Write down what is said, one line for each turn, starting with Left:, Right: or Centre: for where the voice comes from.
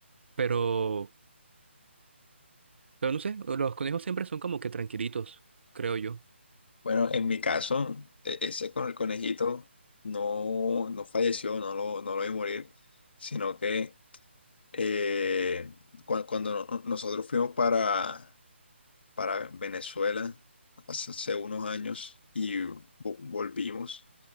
Right: pero, pero no sé, los conejos siempre son como que tranquilitos, creo yo.
Left: Bueno, en mi caso, e- ese con el conejito no, no falleció, no lo, no lo vi morir, sino que eh, cua- cuando, no- nosotros fuimos para, para Venezuela hace hace unos años y vo- volvimos.